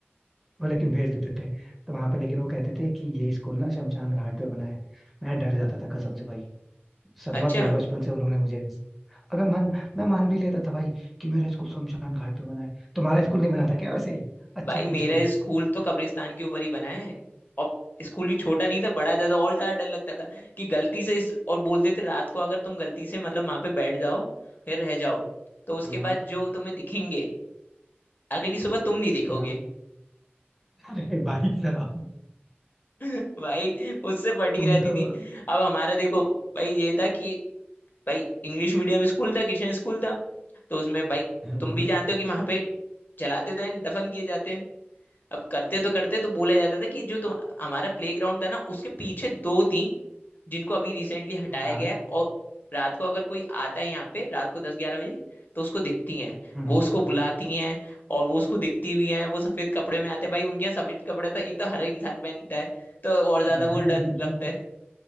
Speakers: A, in the centre; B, on the left (about 50°).
A: वो लेकिन भेज देते थे तो वहां पे लेकिन वो कहते थे कि ये स्कूल ना शमशान घाट पे बना है मैं डर जाता था कसम से भाई सदमा
B: अच्छा
A: दिया है बचपन से उन्होंने मुझे और मैं मान मैं मान भी लेता था भाई कि मेरा स्कूल शमशान घाट पे बना है तुम्हारा स्कूल नहीं बना था क्या वैसे अच्छा
B: भाई
A: पूछ
B: मेरा
A: रहे हो
B: स्कूल तो कब्रिस्तान के ऊपर ही बना है और स्कूल भी छोटा नहीं था बड़ा था तो और ज्यादा डर लगता था कि गलती से इस और बोलते थे रात को अगर तुम गलती से मतलब वहां पे बैठ जाओ या रह जाओ तो उसके
A: हाँ
B: बाद जो तुम्हें दिखेंगे अगली सुबह तुम नहीं दिखोगे
A: हाँ अरे भाई साहब
B: <laughs> भाई उससे फटी
A: तुम
B: रहती
A: तो
B: थी अब हमारा देखो भाई ये था कि भाई इंग्लिश मीडियम स्कूल था किशन स्कूल था तो उसमें भाई
A: हाँ
B: तुम
A: हाँ
B: भी जानते हो कि वहां पे जलाते तो हैं दफन किए जाते हैं अब करते तो करते तो बोला जाता था कि जो तुम हमारा प्ले ग्राउंड था ना उसके पीछे दो थी जिनको अभी रिसेंटली हटाया
A: हाँ,
B: गया है और रात को अगर कोई आता है यहाँ पे रात को दस ग्यारह बजे तो उसको दिखती हैं
A: हम्म,
B: वो उसको बुलाती हैं और वो उसको दिखती भी हैं वो सफेद कपड़े में आते हैं भाई उनके यहाँ सफेद कपड़े तो एक तो हर इंसान पहनता है तो और ज्यादा वो
A: भाई
B: डर
A: यही
B: लगता
A: यही
B: है